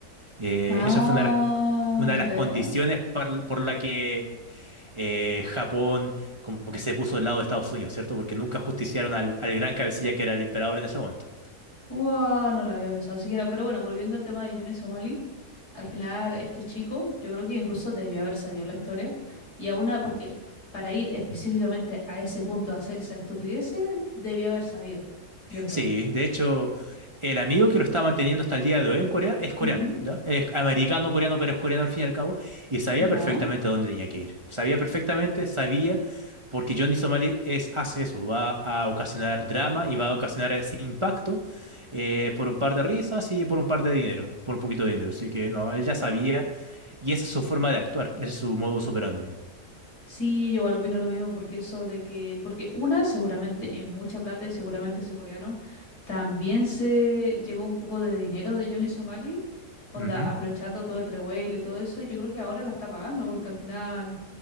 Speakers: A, on the right; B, on the left.
A: Eh,
B: Ah,
A: esa fue una de las, una de las
B: ya,
A: condiciones
B: ya.
A: par- por, la que eh, Japón como que se puso del lado de Estados Unidos, ¿cierto? Porque nunca ajusticiaron al, al gran cabecilla que era el emperador en ese momento.
B: Guau, no lo había pensado siquiera. Pero bueno, volviendo al tema de Johnny Somali, al final este chico, yo creo que incluso debió haber sabido la historia. Y a una, porque para ir específicamente a ese punto a hacer esa estupidez, debió haber sabido, yo creo.
A: Sí, de hecho, el amigo que lo está manteniendo hasta el día de hoy en Corea es coreano,
B: Ujú,
A: ¿ya? Es americano-coreano, pero es coreano al fin y al cabo, y sabía
B: Ya.
A: perfectamente a dónde tenía que ir. Sabía perfectamente, sabía, porque Johnny Somali es, hace eso, va a ocasionar drama y va a ocasionar ese impacto eh, por un par de risas y por un par de dinero, por un poquito de dinero. Así que no, él ya sabía, y esa es su forma de actuar, ese es su modo operandi.
B: Sí, yo igual opino lo mismo, porque eso de que, porque una seguramente es mucha plata y seguramente ese coreano también se llevó un poco de dinero de Johnny Somali, onda,
A: Ujú,
B: abrochando todo el revuelo y todo eso, y yo creo que ahora la está pagando, porque al final